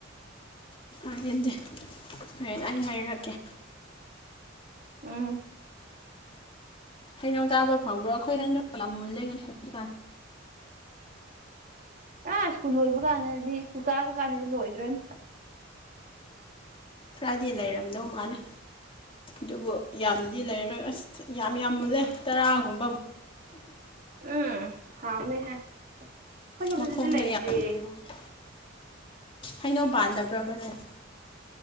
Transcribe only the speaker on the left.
<unintelligible> ꯍꯨꯔꯦꯟ ꯑꯩ ꯍꯥꯏꯔꯛꯀꯦ
ꯍꯩꯅꯧ ꯆꯥꯕ ꯐꯪꯕ꯭ꯔꯣ ꯑꯈꯣꯏ ꯍꯩꯅꯧ ꯌꯥꯝ ꯃꯨꯜꯂꯦ ꯉ <unintelligible>
ꯈ꯭ꯔꯗꯤ ꯂꯩꯔꯝꯗꯧ ꯃꯥꯜꯂꯦ ꯗꯨꯕꯨ ꯌꯥꯝꯅꯗꯤ ꯂꯩꯔꯣꯏ ꯑꯁ ꯌꯥꯝ ꯌꯥꯝ ꯃꯨꯜꯂꯦ ꯇꯔꯥꯒꯨꯝꯕ
ꯃꯈꯣꯡꯗ
ꯌꯥꯝ ꯂꯩꯍꯧꯗꯦ ꯍꯩꯅꯧ ꯄꯥꯟꯗꯕ꯭ꯔꯕ ꯅꯣꯏ